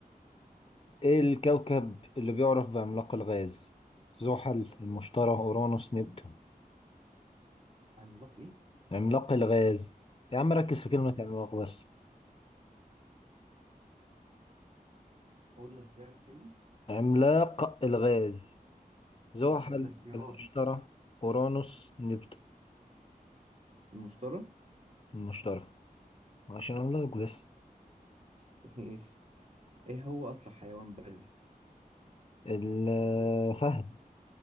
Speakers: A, on the left; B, on the right.
A: ايه الكوكب اللي بيعرف بعملاق الغاز زحل المشتري اورانوس نبتون
B: عملاق ايه؟
A: عملاق الغاز يا عم ركز في كلمة
B: عم
A: عملاق بس
B: قول الاختيار التاني
A: عملاق الغاز زحل
B: لا الاختيارات
A: المشتري اورانوس نبتون
B: المشتري
A: المشتري عشان اقول لك بس
B: ماشي إيه هو أسرع حيوان بري؟
A: الفهد